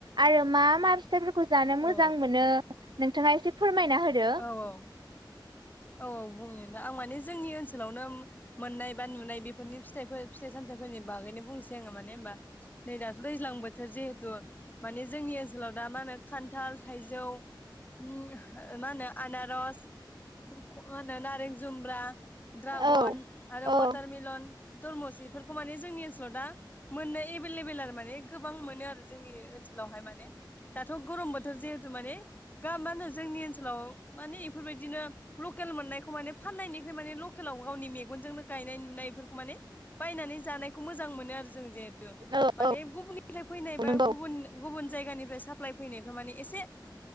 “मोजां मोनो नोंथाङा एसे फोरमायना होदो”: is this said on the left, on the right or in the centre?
Right